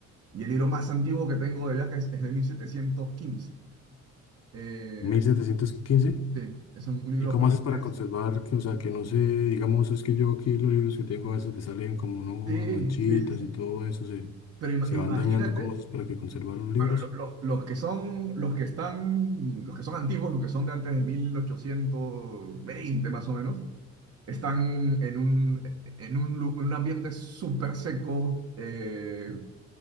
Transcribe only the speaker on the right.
y el libro más antiguo que tengo de viajes es de 1715. Eh,
sí, es un un libro
francés.
Sí,
sí, sí, sí.
Pero ima-
imagínate,
bueno, lo- los, los que son, los que están, los que son antiguos, los que son de antes de mil ochocientos veinte más o menos, están en un, en un, lu- en un ambiente súper seco, eh,